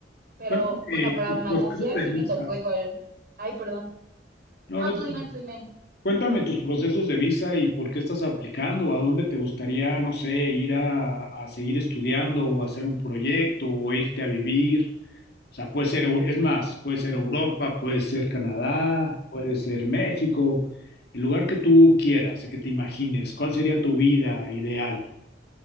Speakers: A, on the right; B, on the left.
A: Pero
B: Cuéntame eh,
A: bueno, para
B: tus
A: Malasia
B: procesos de
A: sí
B: visa.
A: me tocó igual. Ay, perdón.
B: No,
A: No,
B: no
A: tú
B: te
A: dime, tú dime.
B: Cuéntame tus procesos de visa y por qué estás aplicando, a dónde te gustaría, no sé, ir a, a seguir estudiando o hacer un proyecto o irte a vivir. O sea, puede ser, Eu- es más, puede ser Europa, puede ser Canadá, puede ser México, el lugar que tú quieras y que te imagines, ¿cuál sería tu vida ideal?